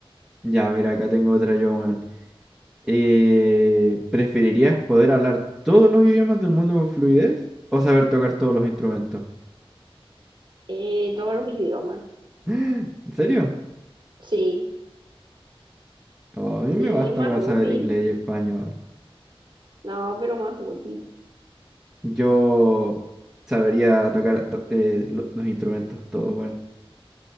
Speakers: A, in the centre; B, on the right (about 50°).
A: ya, mira, acá tengo otra yo, weón. Eh, ¿preferirías poder hablar todos los idiomas del mundo con fluidez o saber tocar todos los instrumentos?
B: Eh, todos los idiomas.
A: <gasps> ¿En serio?
B: Sí,
A: Oh, a mí me
B: sí,
A: basta
B: más
A: con
B: útil.
A: saber inglés y español.
B: No, pero más útil.
A: Yo sabería tocar to- eh, lo- los instrumentos, todo bueno.